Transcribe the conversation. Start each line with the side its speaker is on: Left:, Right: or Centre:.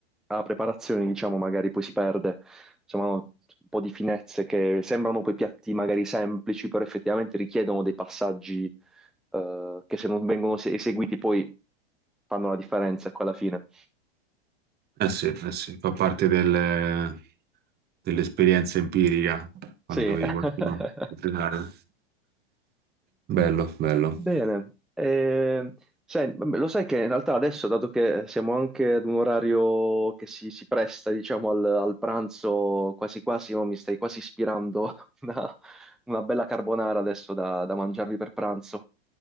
Centre: alla preparazione, diciamo, magari poi si perde, insomma, no, un po' di finezze che sembrano poi piatti magari semplici, però effettivamente richiedono dei passaggi eh, che se non vengono se- eseguiti poi fanno la differenza, ecco, alla fine.
Right: Eh sì, eh sì, fa parte del- dell'esperienza empirica quando
Centre: Sì.
Right: vedi
Centre: <laughs>
Right: qualcuno cucinare. Bello, bello.
Centre: Bene, eh, sen- lo sai che in realtà adesso, dato che siamo anche ad un orario che si, si presta, diciamo, al, al pranzo, quasi quasi, oh, mi stai quasi ispirando <laughs> a una, una bella carbonara adesso da, da mangiarmi per pranzo.